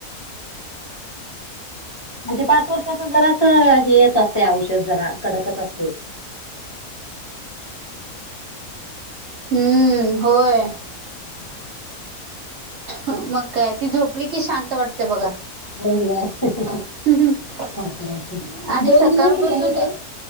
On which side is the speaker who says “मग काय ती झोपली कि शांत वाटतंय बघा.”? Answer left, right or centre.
Right